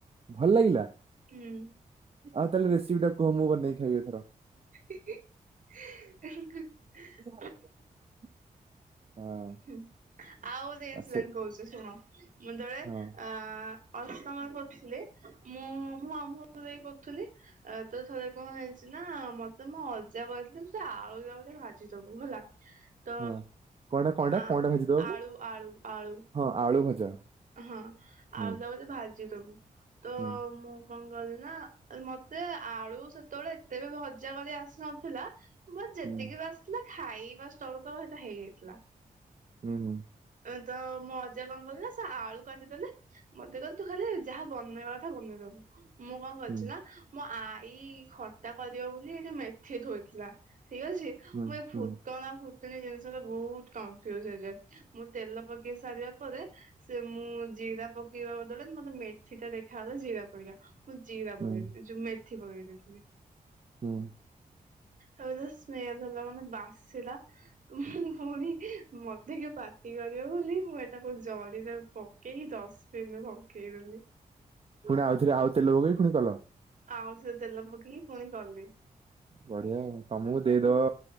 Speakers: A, on the right; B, on the right.
A: ଭଲ ଲାଗିଲା
B: ହୁଁ।
A: ଆଉ ତାହେଲେ ରେସିପି ଟା କୁହ ମୁଁ ବନେଇକି ଖାଇବି ଏଥର।
B: ହେ ହେ। ହ।
A: <unintelligible> ହଁ
B: ହୁଁ ଆଉ ଗୋଟେ ଇନସିଡେଣ୍ଟ
A: ଆଛା
B: କହୁଛି ଶୁଣ ମୁଁ ଥରେ
A: ହଁ
B: ଆ। ଅଷ୍ଟମ ରେ ପଢ଼ୁଥିଲି। ମୁଁ ମୋ ମାମୁଁ ଘରେ ରହିକି ପଢୁଥିଲି। ଆ ତ ଥରେ। କଣ ହେଇଛି ନା ମତେ ମୋ ଅଜା କହିଥିଲେ ତୁ ଆଳୁ ତକ ଯାଇ ଭାଜିଦବୁ ହେଲା। ତ
A: ହଁ କଣ ଟା କଣ ଟା
B: ଆ
A: କଣ ଟା ଭାଜିଦେବାକୁ?
B: ଆଳୁ ଆଳୁ ଆଳୁ
A: ହଁ ଆଳୁ ଭଜା।
B: ହଁ
A: ହୁଁ
B: ଆଳୁ ତକ ଭାଜି ଦବୁ। ତ
A: ହୁଁ।
B: ମୁଁ କଣ କଲି ନା ଆ ମତେ ଆଳୁ ସେ ସେତେବେଳେ ଏତେ ବି ଭଜା ଭାଜି ଆସୁନଥିଲା। ବ ଯେତିକି
A: ହୁଁ
B: ବାସ। ଥିଲା ଖାଇବା <unintelligible> ସେଟା ହେଇଯାଇଥିଲା।
A: ହୁଁ ହୁଁ।
B: ଏଁ ତ ମୋ ଅଜା କଣ କଲେ ନା ସେ ଆଳୁ କାଟିଦେଲେ। ମତେ କହିଲେ ତୁ ଖାଲି ଯାହା ବନେଇବା କଥା ବନେଇଦବୁ। ମୁଁ କଣ କରିଛି
A: ହୁଁ
B: ନା। ମୋ ଆଈ ଖଟା କରିବ ବୋଲି ଏଇଠି ମେଥି ଥୋଇଥିଲା ଠିକ ଅଛି।
A: ହୁଁ ହୁଁ
B: ମୁଁ ଏଇ ଫୁଟଣା
A: ହୁଁ
B: ଫୁଟୁଣୀ ଜିନିଷ ରେ ବହୁତ କନଫ୍ୟୁଜ ହେଇଯାଏ। ମୁଁ ତେଲ ପକେଇ ସାରିବା ପରେ। ସେ ମୁଁ ଜିରା ପକେଇବା ବଦଳରେ ମତେ ମେଥି ଟା ଦେଖାଗଲା ଜିରା ପରିକା। ମୁଁ ଜିରା
A: ହୁଁ
B: ପକେଇ ଏ ଯୋଉ ମେଥି ପକେଇ ଦେଇଥିଲି।
A: ହୁଁ।
B: ତା <unintelligible> ସ୍ମେଲ ହେଲା ମାନେ ବାସିଲା। ଉଁ ହୁଁ ପୁଣି ମ ମତେ କିଏ ପାଟି କରିବ ବୋଲି ମୁଁ ଏ ତାକୁ ଜରିରେ ପକେଇକି ଡଷ୍ଟବିନରେ ପକେଇ ଦେଲି।
A: ପୁଣି ଆଉଥରେ ଆଉ ତେଲ ପକେଇକି ପୁଣି କଲ।
B: ଆଉ ଥରେ ତେଲ ପକେଇକି ପୁଣି କଲି।
A: ବଢିଆ ତମକୁ ଦେଇଦବ